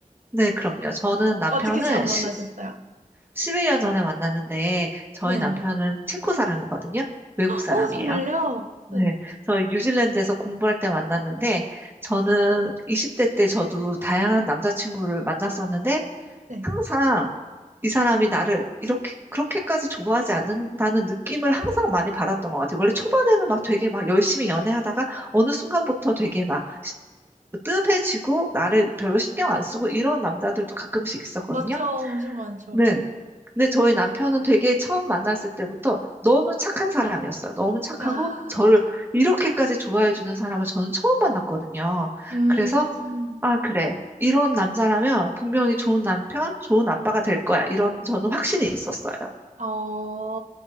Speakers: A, on the right; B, on the right.
A: 네, 그럼요. 저는 남편을
B: 어떻게 처음
A: 10,
B: 만나셨어요?
A: 11년 전에 만났는데, 저희
B: 네.
A: 남편은 체코 사람이거든요. 외국 사람이에요.
B: 어, 정말요?
A: 네,
B: 네,
A: 저희 뉴질랜드에서 공부할 때 만났는데, 저는 20대 때 저도 다양한 남자친구를 만났었는데,
B: 네.
A: 항상 이 사람이 나를 이렇게, 그렇게까지 좋아하지 않는다는 느낌을 항상 많이 받았던 것 같아요. 원래 초반에는 막 되게 막 열심히 연애하다가, 어느 순간부터 되게 막 시- 뭐 뜸해지고, 나를 별로 신경 안 쓰고, 이런 남자들도 가끔씩 있었거든요.
B: 맞죠? 엄청 많죠.
A: 네. 근데 저희 남편은 되게 처음 만났을 때부터 너무 착한 사람이었어요. 너무 착하고
B: 야,
A: 저를 이렇게까지 좋아해 주는 사람을 저는 처음 만났거든요.
B: 음,
A: 그래서 아, 그래. 이런 남자라면 분명히 좋은 남편, 좋은 아빠가 될 거야. 이런 저는 확신이 있었어요.
B: 어,